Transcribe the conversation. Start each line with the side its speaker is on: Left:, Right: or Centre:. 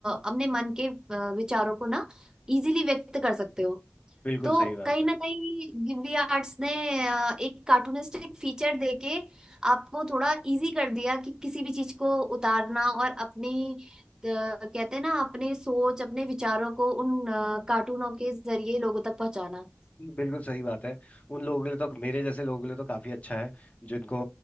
Right: अपने मन के अ, विचारों को ना इजीली व्यक्त कर सकते हो
Left: बिल्कुल
Right: तो
Left: सही बात
Right: कहीं
Left: है
Right: ना कहीं गिब्बी आर्ट्स ने अ, एक कार्टूनिस्टिक फीचर देके आपको थोड़ा इजी कर दिया कि किसी भी चीज को उतारना और अपनी अ, कहते हैं ना अपने सोच अपने विचारों को उन अ, कार्टूनों के जरिए लोगों तक पहुंचाना
Left: बिल्कुल सही बात है उन लोगों के लिए तो मेरे जैसे लोगों के लिए तो काफी अच्छा है जिनको